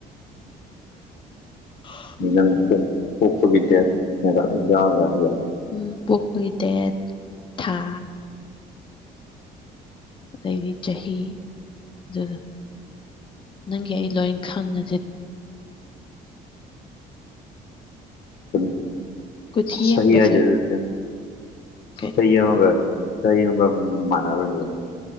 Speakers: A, on the left; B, on the left.
A: <unintelligible>
B: ꯅꯪ ꯄꯣꯛ ꯄꯣꯛꯄꯒꯤ ꯗꯦꯠ <unintelligible>
A: ꯎꯝ ꯄꯣꯛꯄꯒꯤ ꯗꯦꯠ ꯊꯥ ꯑꯗꯩꯗꯤ ꯆꯍꯤ ꯑꯗꯨꯗꯣ ꯅꯪꯒꯤ ꯑꯩ ꯂꯣꯏ ꯈꯪꯉꯁꯤꯗꯤ
B: ꯑꯗꯨꯝ
A: ꯀꯨꯊꯤ
B: ꯆꯍꯤ
A: ꯌꯦꯡꯕꯁꯦ
B: ꯍꯥꯏꯁꯦ ꯑꯗꯨ <unintelligible>
A: ꯀꯩ
B: ꯑꯩ ꯌꯥꯎꯔꯣꯏ ꯍꯥꯏꯕ ꯆꯍꯤ ꯑꯃꯒ ꯃꯥꯟꯅꯔꯣꯏ ꯍꯥꯏꯕ